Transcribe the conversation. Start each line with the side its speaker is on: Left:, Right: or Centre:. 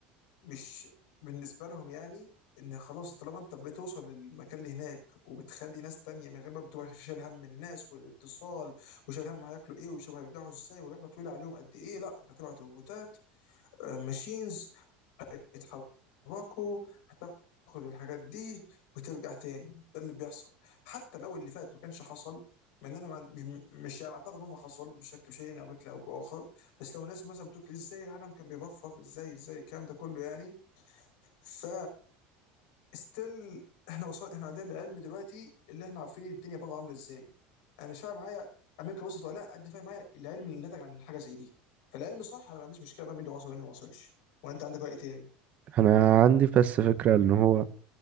Left: مش بالنسبه لهم يعني ان خلاص طالما انت بتوصل للمكان اللي هناك وبتخلي ناس تانية من غير ما بتبقى شايل هم الناس والاتصال وشايل هم هياكلوا ايه وشبه هيرجعوا ازاي ورحله طويله عليهم قد ايه لا انت هتبعت روبوتات آه، ماشينز يتحركوا هتاخد الحاجات دي وترجع تاني ده اللي بيحصل حتى لو اللي فات ما كانش حصل مع ان انا ما- م- مش يعني اعتقد انه حصل بشكل شيء او بشكل او باخر بس لو ناس مثلا بتقول ازاي العالم كان بيبفف ازاي ازاي الكلام ده كله يعني ف ستيل احنا وصل احنا عندنا العلم دلوقتي اللي احنا عارفين الدنيا بره عامله ازاي انا مش فاهم معايا امريكا وصلت ولا لا قد فاهم معايا العلم اللي نتج عن حاجه زي دي فالعلم صح انا ما عنديش مشكله بقى مين اللي وصل ومين اللي ما وصلش وانت عندك راي تاني
Right: أنا عندي بس فكرة إن هو